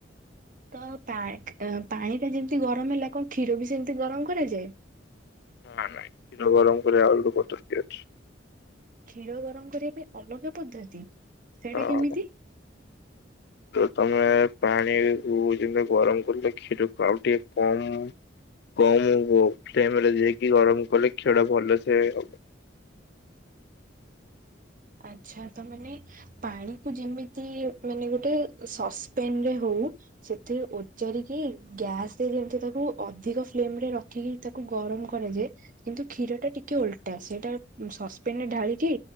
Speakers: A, on the right (about 45°); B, on the left (about 60°).
A: ତ ପା ପାଣି ଟା ଯେମତି ଗରମ ହେଲା କଣ କ୍ଷୀର ବି ସେମତି ଗରମ କରାଯାଏ?
B: ନା ନାଇ କ୍ଷୀର ଗରମ କରିବା ଆଉ ପଦ୍ଧତି ଅଛି।
A: କ୍ଷୀର ଗରମ୍ କରିବା ପାଇଁ ଅଲଗା ପଦ୍ଧତି ସେଇଡା
B: ହଁ
A: କେମିତି?
B: ତମେ ପାଣି କୁ ଯେମତି ଗରମ କରିଲ କ୍ଷୀରକୁ ଆଉ ଟିକେ କମ୍। କମ୍ ହଉ ଫ୍ଲେମ୍ ରେ ଦେଇକି ଗରମ କଲେ କ୍ଷୀର ଟା ଭଲସେ ହବ।
A: ଆଚ୍ଛା ତ ମାନେ। ପାଣି କୁ ଯେମିତି ମାନେ ଗୋଟେ ସସ୍ପେନ୍ ରେ ହୋଉ। ସେଥିରେ ଓଜାରିକି ଗ୍ୟାସ ରେ ଯେମିତି ତାକୁ ଅଧିକ ଫ୍ଲେମ୍ ରେ ରଖିକି। ତାକୁ ଗରମ କରାଯାଏ କିନ୍ତୁ କ୍ଷୀର ଟା ଟିକେ ଓଲଟା ସେଇଟା ସସ୍ପେନ୍ ରେ ଢାଳିକି।